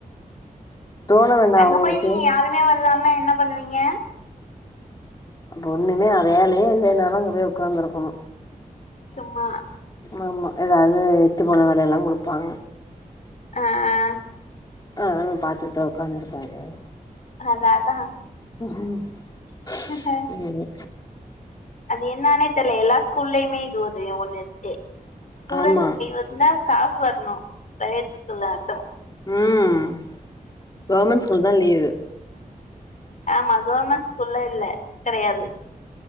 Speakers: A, on the left (about 25°); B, on the left (about 55°).
A: தோண வேண்டா
B: அங்க
A: அவங்களுக்கு
B: போய் நீங்க யாருமே வரலான்ன என்ன பண்ணுவீங்க
A: அப்ப ஒண்ணுமே வேலையே இல்லனாலு அங்க போய் உக்காந்துருக்கணு
B: சும்மா
A: ஆமா ஏதாவது இத்துப்போன வேலை எல்லா குடுப்பாங்க
B: ஆ ஆ
A: ஆன்னு பாத்துட்டு உக்காந்துருக்க வேண்டியதா
B: அதா அதா
A: ஆஹ <unintelligible>
B: ஹ <unintelligible>
A: ம்
B: அது என்னானே தெர்ல எல்லா ஸ்கூல்லயுமே இது ஒரு ஒன்னு இருக்கு ஸ்டூடென்ஸ்கு
A: ஆமா
B: லீவ் வ ந்தா ஸ்டாஃப் வரணு பிரைவேட் ஸ்கூல்ல மட்டு
A: ம் கவர்மெண்ட் ஸ்கூல் தா லீவு
B: ஆமா கவர்மெண்ட் ஸ்கூல்ல இல்ல கெடையாது